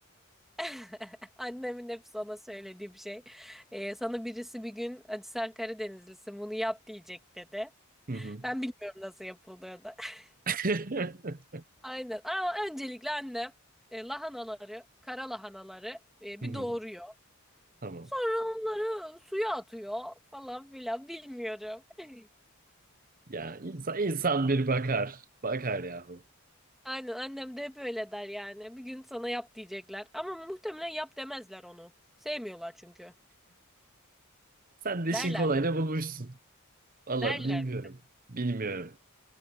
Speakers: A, in the centre; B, on the right.
A: <laughs> Annemin hep sana söylediği bir şey. Ee, sana birisi bir gün hadi sen Karadenizlisin bunu yap diyecek dedi.
B: Hı hı.
A: Ben bilmiyorum nasıl yapıldığını. <laughs>
B: <laughs>
A: Aynen. Ama öncelikle annem e, lahanaları, kara lahanaları e,
B: Hı
A: bir
B: hı.
A: doğuruyor.
B: Tamam.
A: Sonra onları suya atıyor falan filan bilmiyorum. <laughs>
B: Ya insan, insan bir bakar. Bakar yahu.
A: Aynen annem de hep öyle der yani. Bir gün sana yap diyecekler. Ama muhtemelen yap demezler onu. Sevmiyorlar çünkü.
B: Sen de
A: Derler.
B: işin kolayını bulmuşsun. Valla
A: Derler
B: bilmiyorum.
A: mi?
B: Bilmiyorum.